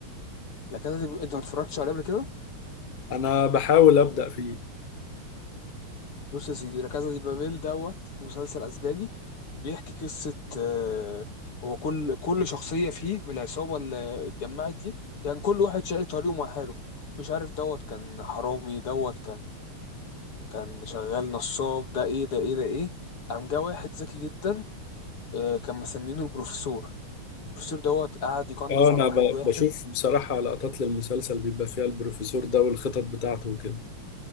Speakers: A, on the left (about 90°); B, on the left (about 30°).
A: لا كذا دي... انت ما اتفرجتش عليه قبل كده
B: انا بحاول ابدا فيه
A: بص يا سيدي لا كذا دي بابيل دوت مسلسل اسباني بيحكي قصة آه، هو كل كل شخصية فيه من العصابة اللي اتجمعت دي كان كل واحد شايل طريقه مع حاله مش عارف دوت كان حرامي دوت كان كان شغال نصاب ده ايه ده ايه ده ايه قام جه واحد ذكي جدا آه، كان مسمينه البروفيسور البروفيسور دوت قعد يقنص
B: اه انا
A: على واحد
B: ب-
A: واحد
B: بشوف بصراحه لقطات للمسلسل بيبقى فيها البروفيسور ده والخطط بتاعته وكده